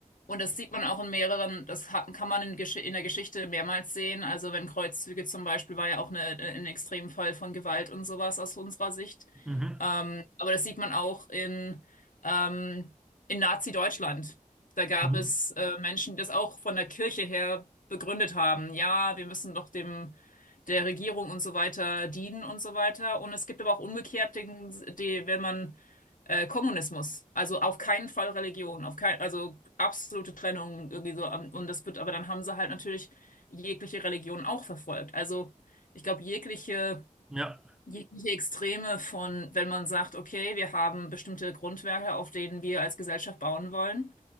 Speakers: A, on the left; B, in the centre.
A: und das sieht man auch in mehreren, das hat, kann man in, Gesch in der Geschichte mehrmals sehen. Also wenn Kreuzzüge zum Beispiel war ja auch eine, äh, ein Extremfall von Gewalt und sowas aus unserer Sicht.
B: Mhm.
A: Ähm, aber das sieht man auch in, ähm, in Nazi-Deutschland. Da gab
B: Mhm.
A: es äh, Menschen, die das auch von der Kirche her begründet haben. Ja, wir müssen doch dem der Regierung und so weiter dienen und so weiter. Und es gibt aber auch umgekehrt, den, die, wenn man äh, Kommunismus, also auf keinen Fall Religion, auf kein, also absolute Trennung irgendwie so. ähm, Und das wird, aber dann haben sie halt natürlich jegliche Religion auch verfolgt. Also ich glaube, jegliche,
B: Ja,
A: jegliche Extreme von, wenn man sagt, okay, wir haben bestimmte Grundwerte, auf denen wir als Gesellschaft bauen wollen.